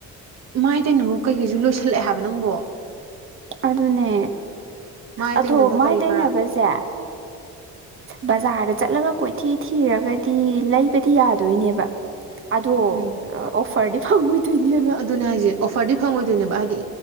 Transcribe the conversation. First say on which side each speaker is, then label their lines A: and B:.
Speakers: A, on the right; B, on the right.
A: ꯃꯥꯏ ꯇꯩꯅꯕ ꯀꯩꯀꯩꯁꯨ ꯂꯣꯏꯁꯤꯜꯂꯛꯑꯦ ꯍꯥꯏꯕ ꯅꯪꯕꯣ
B: ꯑꯗꯨꯅꯦ
A: ꯃꯥꯏ
B: ꯑꯊꯣ
A: ꯇꯩꯅꯕ
B: ꯃꯥꯏ
A: ꯀꯔꯤ
B: ꯇꯩꯅꯕꯖꯦ
A: ꯀꯔꯥ
B: ꯕꯖꯥꯔꯗ ꯆꯠꯂꯒ ꯀꯣꯏꯊꯤ ꯊꯤꯔꯒꯗꯤ ꯂꯩꯕꯗꯤ ꯌꯥꯗꯣꯏꯅꯦꯕ ꯑꯗꯣ
A: ꯎꯝ
B: ꯑꯣꯐꯔꯗꯤ ꯐꯪꯉꯣꯏꯗꯣꯏꯅꯦꯕ
A: ꯑꯗꯨꯅꯦ ꯍꯥꯏꯖꯦ ꯑꯣꯐꯔꯗꯤ ꯐꯪꯉꯣꯏꯗꯣꯏꯅꯦꯕ ꯍꯥꯏꯗꯤ